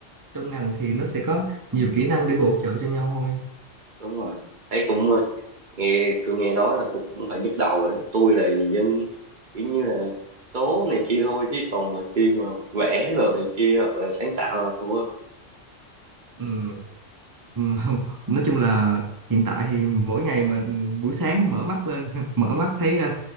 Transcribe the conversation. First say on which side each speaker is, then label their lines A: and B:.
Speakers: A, on the right; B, on the right.
A: trong ngành thì nó sẽ có nhiều kỹ năng để bổ trợ cho nhau thôi
B: đúng rồi thấy cũng ờ, nghe tôi nghe nói là cũng cũng phải nhức đầu rồi đó tôi là gì dân kiểu như là số này kia thôi chứ còn mà khi mà vẽ đồ này kia hoặc là sáng tạo là thua
A: Ừm, ừm, <laughs> nói chung là hiện tại thì mỗi ngày mà buổi sáng mở mắt lên <laughs> mở mắt thấy ờ,